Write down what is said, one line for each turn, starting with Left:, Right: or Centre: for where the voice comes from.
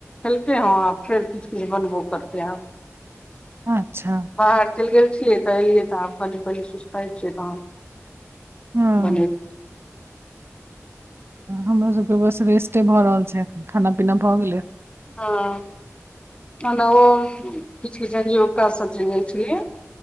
Left: खेलकेँ ह आ फेर किछ किछ बनबो करतेै आब
Right: <inaudible> अच्छ
Left: बाहर चैल गेल छियै तऽ एलियै तऽ आब कनि पहिले सुस्तइ छियै तहन <unintelligible>
Right: हँ हमरा सब केँ बस रेस्टे भऽ रहल छै अखन खाना पीना भऽ गेले
Left: <unintelligible>